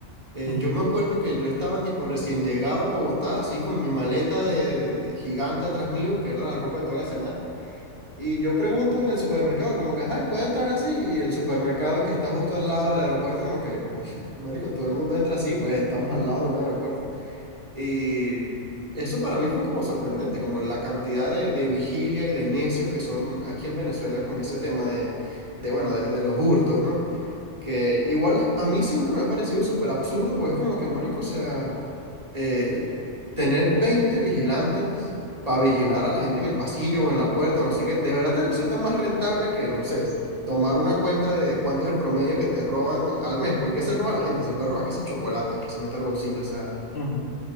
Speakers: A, on the right; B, on the left.
A: eh,
B: Ujú,
A: yo me acuerdo que yo estaba tipo recién llegado a Bogotá, así con mi maleta de, de gigante atrás mío, que era la ropa de toda la semana. Y yo pregunto en el supermercado, como que, ay, ¿puedo entrar así? Y el supermercado que está justo al lado del aeropuerto, como que, <laughs> marico, todo el mundo entra así, pues estamos
B: ujú,
A: al lado de un aeropuerto. Y eso para mí fue como sorprendente, como la cantidad de, de vigilia y de necios que son aquí en Venezuela con ese tema de, de bueno, de, de los hurtos, ¿no? Que igual a mí siempre me ha parecido súper absurdo, porque es como que, marico, o sea, eh, tener 20 vigilantes para vigilar a la gente en el pasillo o en la puerta, o no sé qué, de verdad te resulta más rentable que, no sé, tomar una cuenta de cuánto es el promedio que te roban al mes, porque ¿qué se roba la gente? Se puede robar que si chocolates, que se meta al bolsillo, o sea,
B: ujú, ujú.